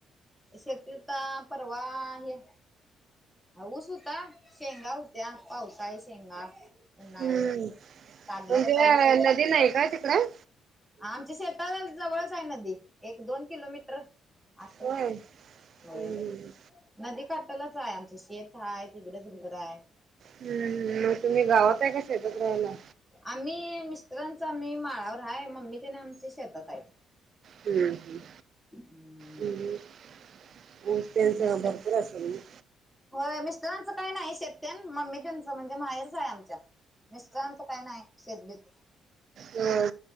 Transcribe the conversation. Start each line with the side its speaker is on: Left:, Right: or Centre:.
Centre: शेतीत परवा हे ऊस, होता. शेंगा होत्या. पावसाळी शेंगा उन्हाळी
Right: हम्म,
Centre: काढल्यात
Right: म्हणजे
Centre: आता ऊसच आहे
Right: नदी नाही का तिकडं?
Centre: आमच्या शेता जवळच आहे नदी. एक दोन किलोमीटर असल.
Right: होय.
Centre: होय
Right: हम्म
Centre: लगेच नदी काटलाच आहे. आमचं शेत आहे. तिकडेच घर आहे.
Right: हम् मग तुम्ही गावात आहे का शेतात राहायला?
Centre: आम्ही मिस्टरांचा आम्ही माळावर आहे. मम्मी तेन आमची शेतात आहेत.
Right: हम् हम्
Centre: हम्म
Right: हम होलसेल
Centre: मिस्टर
Right: जरा भरपूर असेल ना.
Centre: होय. मिस्टरांचं काही नाही शेत तेन मम्मी त्यांच म्हणजे माहेरच आहे आमच्या मिस्टरांच काय नाही शेतबीत.
Right: होय.